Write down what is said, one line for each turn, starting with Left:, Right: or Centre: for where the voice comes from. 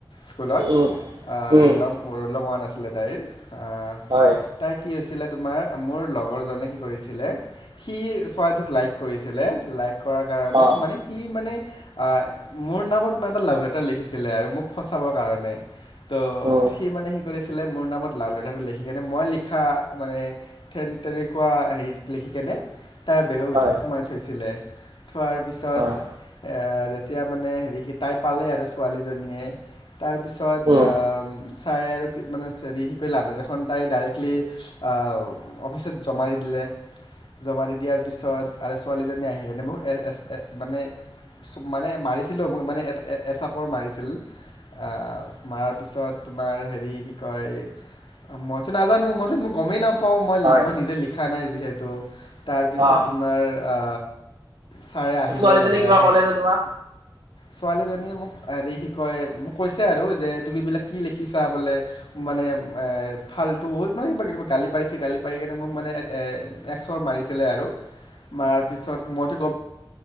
Left: স্কুলত
Right: উম
Left: আৰু
Right: উম
Left: ৰোল নং ওঁৱান আছিল আছিলে তাইৰ আহ
Right: হয়
Left: তাই কি হৈছে ছিলে তোমাৰ মোৰ লগৰজনে হেই কৰিছিলে সি ছোৱালীটোক লাইক কৰিছিলে লাইক কৰাৰ কাৰণে
Right: অ
Left: মানে সি মানে অ মোৰ নামত মানে এটা লাভ লেটাৰ লিখিছিলে আৰু মোক ফচাবৰ কাৰণে ত'
Right: উম
Left: সি মানে সি কৰিছিলে মোৰ নামত লাভ লেটাৰটো লিখি কেনে মই লিখা মানে তেনে তেনেকোৱা হেৰিত লিখিকিনে তাইৰ বেগৰ
Right: হয়
Left: ভিতৰত সোমাই থৈছিলে থোৱাৰ পিছত
Right: হয়
Left: এ, এতিয়া মানে হেৰি সি, তাই পালে আৰু ছোৱালীজনীয়ে। তাৰপিছত
Right: উম
Left: আহ, ছাৰে আৰু মানে চেৰি সি কৰি লাভ দেখোন তাই ডাইৰেক্টলি আঁ অফিচত জমাই দি দিলে। জমা দি দিয়াৰ পিছত আৰে ছোৱালীজনী আহি কেনে মোক এ, মানে -মানে মাৰিছিলেও মোক মানে এচাপৰ মাৰিছিল আহ, মাৰাৰ পিছত তোমাৰ হেৰি কি কয়, মইতো নাজানো মইতো মোক গমেই নাপাওঁ, পাও মই
Right: হয়
Left: মই নিজে লিখা নাই।, দিলে। টো, তাৰপিছত
Right: অ
Left: তোমাৰ আ ছাৰে আহিলে
Right: ছোৱালীজনী
Left: লেজাৰ
Right: কিবা
Left: শেষ,
Right: ক'লে নে তোমাক
Left: ছোৱালীজনীয়ে মোক, হেৰি কি কয় মোক কৈছে আৰু যে তুমি এইবিলাক কি লিখিছা বোলে মানে এ, ফাল্টো বহুত মানে কিবা -কিবি গালি পাৰিছে গালি পাৰি কিনে মোক মানে এ, একচৰ মাৰিছিলে আৰু মাৰাৰ পিছত মইতো গম,